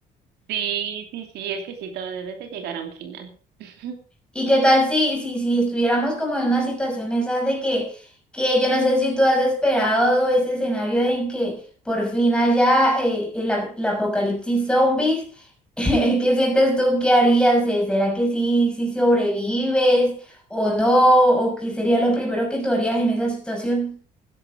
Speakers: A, on the right; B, in the centre.
A: Sí, sí, sí, es que sí, todo debe de llegar a un final. <laughs>
B: ¿Y qué tal si, si, si estuviéramos como en una situación esa de que, que yo no sé si tú has esperado ese escenario en que por fin haya eh, el, ap- el apocalipsis zombies? <laughs> ¿Qué sientes tú qué harías? Eh, ¿Será que sí, sí sobrevives o no? ¿O qué sería lo primero que tú harías en esa situación?